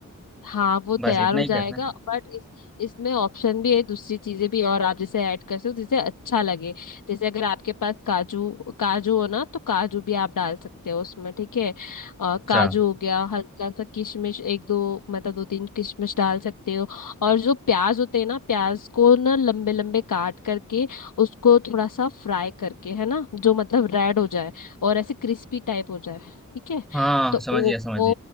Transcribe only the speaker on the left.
हाँ वो तैयार
हो
जाएगा
बट इस इसमें ऑप्शन भी है दूसरी चीजें भी है और आप जैसे ऐड कर सकते हो जिसे अच्छा लगे जैसे अगर आपके पास काजू काजू हो ना तो काजू भी आप डाल सकते हो उसमें ठीक है अ,
काजू हो गया हल्का सा किशमिश एक दो मतलब दो तीन किशमिश डाल सकते हो और जो प्याज होते हैं ना प्याज को ना लंबे लंबे काट करके उसको थोड़ा सा फ्राई करके है ना जो मतलब रेड हो जाए और ऐसे क्रिस्पी टाइप हो जाए ठीक है
तो
वो